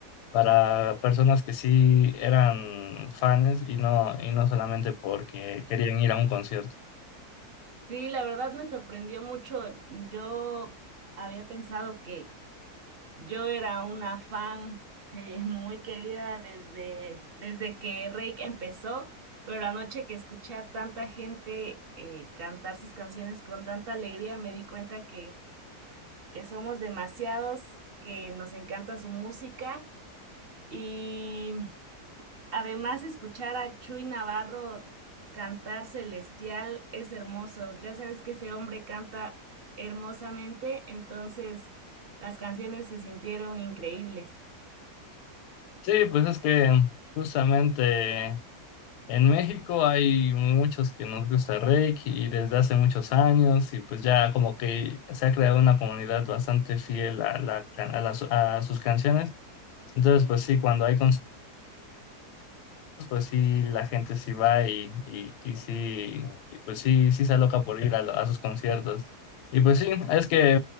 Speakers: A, on the left (about 80°); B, on the right (about 55°).
A: para personas que sí eran fans y no, y no solamente porque querían ir a un concierto.
B: Sí, la verdad me sorprendió mucho. Yo había pensado que yo era una fan <laughs> eh, muy querida desde, desde que Rake empezó, pero anoche que escuché a tanta gente eh, cantar sus canciones con tanta alegría, me di cuenta que que somos demasiados, que nos encanta su música y además escuchar a Chuy Navarro cantar Celestial es hermoso. Ya sabes que ese hombre canta hermosamente, entonces las canciones se sintieron increíbles.
A: Sí, pues es que Justamente En México hay muchos que nos gusta el Reiki y desde hace muchos años y pues ya como que se ha creado una comunidad bastante fiel a, la, a, las- a sus canciones. Entonces pues sí, cuando hay conciertos pues sí, la gente sí va y, y, y sí, y, pues sí, sí se aloca por ir a, lo- a sus conciertos. Y pues sí, es que